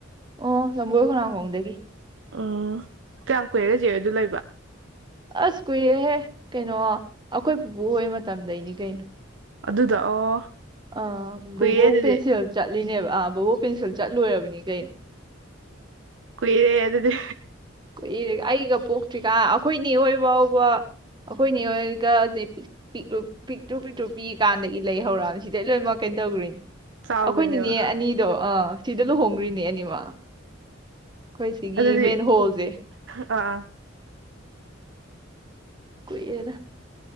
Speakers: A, on the right; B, on the right.
A: ꯑꯣ ꯂꯝꯕꯣꯏ ꯈꯣꯡꯅꯥꯡꯈꯣꯡ ꯈꯣꯡꯗꯒꯤ
B: ꯎꯝ ꯀꯌꯥꯝ ꯀꯨꯏꯔꯒꯦ ꯆꯦꯑꯔ ꯑꯗꯨ ꯂꯩꯕ
A: ꯑꯁ ꯀꯨꯏꯔꯦꯍꯦ ꯀꯩꯅꯣ ꯑꯩꯈꯣꯏ ꯄꯨꯄꯨ ꯍꯣꯏ ꯃꯇꯝꯗꯩꯅꯤ ꯀꯩꯅꯣ
B: ꯑꯗꯨꯗꯣ ꯑꯣ
A: ꯑ ꯕꯨꯕꯣꯛ
B: ꯀꯨꯏꯔꯦ ꯑꯗꯨꯗꯤ
A: ꯄꯦꯟꯁꯤꯜ ꯆꯠꯂꯤ ꯅꯦꯕ ꯑ ꯕꯣꯕꯣꯛ ꯄꯦꯟꯁꯤꯜ ꯆꯠꯂꯣꯏꯔꯕꯅꯤ ꯀꯩꯅꯣ
B: ꯀꯨꯏꯔꯦ ꯑꯗꯨꯗꯤ
A: ꯀꯨꯏꯔꯦ ꯑꯩꯒ ꯄꯣꯛꯇ꯭ꯔꯤꯀꯥꯟ ꯑꯩꯈꯣꯏꯅꯦꯍꯣꯏ ꯐꯥꯎꯕ ꯑꯩꯈꯣꯏꯅꯦ ꯍꯣꯏꯒꯁꯦ ꯄꯤꯛ ꯄꯤꯛꯇ꯭ꯔꯨ ꯄꯤꯛꯇ꯭ꯔꯨ ꯄꯤꯛꯏ ꯀꯥꯟꯗꯒꯤ ꯂꯩ ꯍꯧꯈ꯭ꯔꯤꯅꯤ ꯁꯤꯗꯩ ꯂꯣꯏꯅꯃꯛ ꯀꯩꯅꯣ ꯇꯧꯗ꯭ꯔꯤꯅꯤ
B: ꯆꯥꯎꯈ꯭ꯔꯤꯅꯦꯕ
A: ꯑꯩꯈꯣꯏꯅꯤꯅꯦ ꯑꯅꯤꯗꯣ ꯑꯥ ꯁꯤꯗ ꯂꯨꯍꯣꯡꯈ꯭ꯔꯤꯅꯦ ꯑꯅꯤꯃꯛ ꯑꯩꯈꯣꯏ ꯁꯤꯒꯤ
B: ꯑꯗꯨꯗꯤ
A: ꯃꯦꯟ ꯍꯣꯜꯁꯦ
B: ꯑꯥ
A: ꯄꯤꯛꯑꯦꯗ